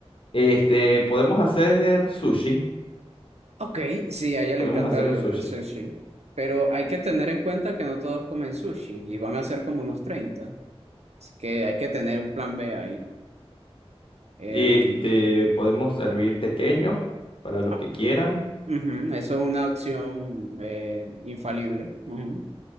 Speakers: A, on the left (about 55°); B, on the right (about 90°).
A: Este, podemos hacer sushi,
B: Ok, sí, a ella
A: podemos
B: le encanta
A: hacer
B: el,
A: un sushi.
B: el sushi, pero hay que tener en cuenta que no todos comen sushi y van a ser como unos 30, así que hay que tener un plan B ahí. Em,
A: Este, podemos servir pequeños para los
B: ah,
A: que quieran.
B: ujú, eso es una opción eh, infalible. ujú.